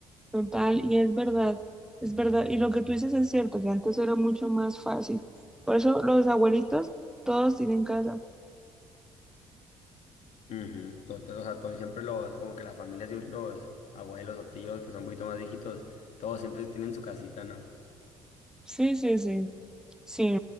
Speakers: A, in the centre; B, on the left.
A: total, y es verdad, es verdad, y lo que tú dices es cierto, que antes era mucho más fácil. Por eso los abuelitos todos tienen casa.
B: Ujú, Total, o sea, todos siempre los, como que las familias y los abuelos o tíos que son un poquito más viejitos, todos siempre tienen su casita, ¿no?
A: Sí, sí, sí, sí.